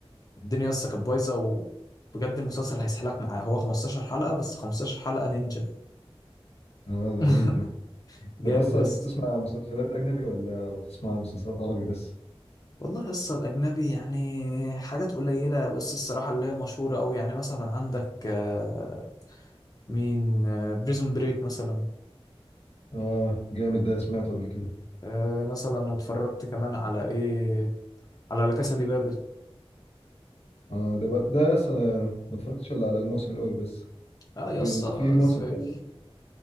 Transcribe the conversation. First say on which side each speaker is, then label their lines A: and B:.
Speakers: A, on the left; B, on the left.
A: الدنيا لسه كانت بايظه وبجد المسلسل هيسحلك معاه هو 15 حلقه بس 15 حلقه نينجا
B: اه ده
A: <laughs>
B: غريب ده
A: جامد
B: طب بس
A: يا
B: انت
A: اسطى
B: بتسمع مسلسلات اجنبي ولا بتسمع مسلسلات عربي بس؟
A: والله يسطا الأجنبي يعني حاجات قليلة بس الصراحة اللي هي مشهورة أوي يعني مثلا عندك آه، مين بريزون بريك مثلا
B: اه جامد ده سمعته قبل كده
A: آه، مثلا واتفرجت كمان على إيه على لا كاسا دي بابل
B: اه ده بقى ده يس انا ما اتفرجتش الا على الموسم الاول بس
A: اه يا
B: بي...
A: اسطى
B: في موسم
A: ازاي
B: تاني